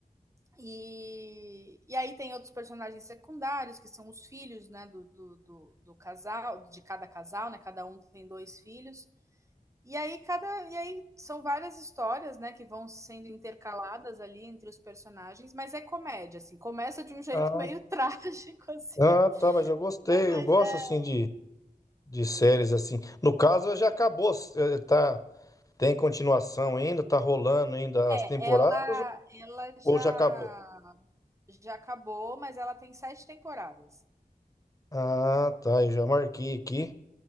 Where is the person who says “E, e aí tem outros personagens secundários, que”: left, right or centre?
Right